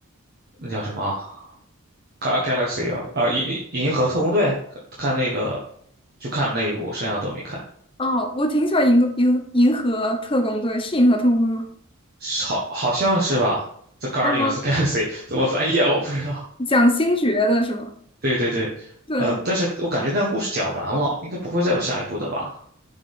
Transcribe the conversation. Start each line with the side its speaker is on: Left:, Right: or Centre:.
Right: 那叫什么啊《Ga- Galaxy o 啊，银银银河特工队，看那个就看了那一部，剩下的都没看。
Left: 哦，我挺喜欢银河银银河特工队，是银河特工队吗？
Right: 是好好像是吧，《The Guardians
Left: 啊、
Right: of the Galaxy》怎么翻译啊？我不知道。
Left: 讲星爵的是吗？
Right: 对对对，
Left: 对，
Right: 呃，但是我感觉那个故事讲完了，应该不会再有下一部的吧？